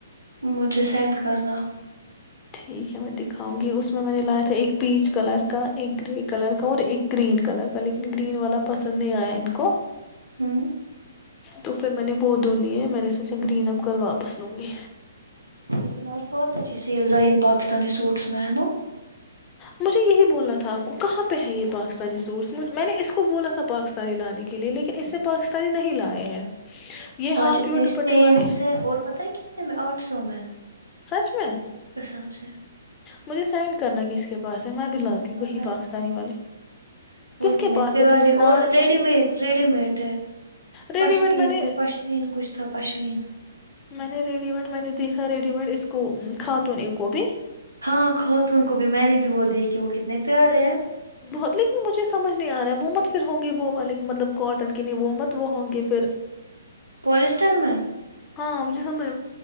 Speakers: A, on the right; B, on the left.
A: مجھے سینڈ کرنا
B: ٹھیک ہے میں دکھاؤں گی اس میں میں نے لایا تھا ایک پیچ کلر کا ایک گرے کلر کا اور ایک گرین کلر کا لیکن گرین والا پسند نہیں آیا ان کو
A: ہوں
B: تو پھر میں نے وہ دو لیے میں نے سوچا گرین اپ کل واپس لوں گی
A: لیکن آج بہت اچھی سیلز آئی ان پاکستانی سوٹس میں ہے نا
B: مجھے یہی بولنا تھا آپ کو کہاں پہ ہے یہ پاکستانی سورس میں نے اس کو بولا تھا پاکستانی لانے کے لیے لیکن اس نے پاکستانی نہیں لائے ہیں یہ ہاں
A: آج اتنی
B: پیور دوپٹے
A: سیلز
B: والے ہیں۔
A: ہے اور پت ہے کتنے میں آٹھ سو میں
B: سچ میں
A: کسام سے
B: مجھے سائن کرنا کس کے پاس ہے میں بھی لاتی
A: ہاں
B: وہی
A: میں
B: پاکستانی
A: کروں
B: والے
A: گی وہ
B: کس
A: اتنے
B: کے پاس
A: پیارے
B: ہے پھر بھی نام
A: اور ریڈی
B: کیا
A: مٹ ریڈی مڈ ہے
B: ریڈی
A: پشین
B: میڈ میں نے
A: ک پشین کچھ تھا پشین
B: میں نے ریڈی میڈ میں نے دیکھا ریڈی میڈ اس کو کاتون کو بھی
A: ہاں کھو تو ان کو بھی میں نے بھی وہ دیکھھی وہ کتنے پیارے ہیں
B: بہت لیکن مجھے سمجھ نہیں آ رہا ہے وہ مت پھر ہوں گے وہ والے مطلب کاٹن کے نہیں وہومت وہ ہوں گے پھر
A: پولسٹر میں
B: ہاں مجھے سمج